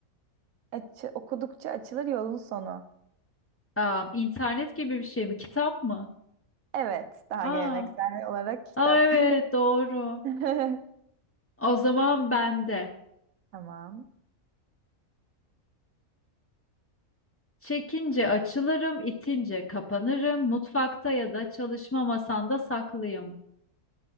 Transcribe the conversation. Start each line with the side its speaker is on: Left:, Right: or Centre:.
Right: Açı, okudukça açılır yolun sonu.
Left: Aa, internet gibi bir şey mi? Kitap mı?
Right: Evet, daha
Left: Aa,
Right: geleneksel olarak kitap.
Left: aa evet doğru.
Right: <laughs>
Left: O zaman bende.
Right: Tamam.
Left: Çekince açılırım, itince kapanırım. Mutfakta ya da çalışma masanda saklıyım.